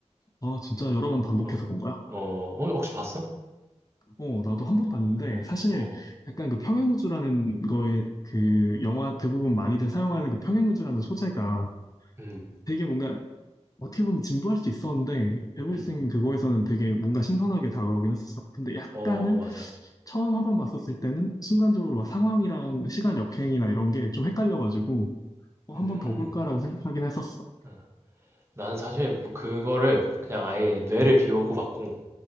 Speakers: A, on the left; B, on the right.
A: 아, 진짜 여러 번 반복해서
B: 어,
A: 본 거야?
B: 어, 어, 혹시 봤어?
A: 어, 나도 한번 봤는데,
B: 어,
A: 사실
B: 어,
A: 약간 그 평행우주라는 거에 그 영화 대부분 많이들 사용하는 그 평행우주라는 소재가
B: 음,
A: 되게 뭔가 어떻게 보면 진부할 수도 있었는데 에브리싱
B: 음,
A: 그거에서는 되게 뭔가 신선하게 다가오긴 했었어. 근데 약간은
B: 어, 맞아.
A: 처음 한번 봤었을 때는 순간적으로 막 상황이랑 시간 역행이나 이런 게 좀 헷갈려가지고 어,
B: 음,
A: 한 번 더 볼까라고 생각하긴 했었어.
B: 음. 어. 난 사실 그거를 그냥 아예 뇌를
A: 음,
B: 비우고 봤고,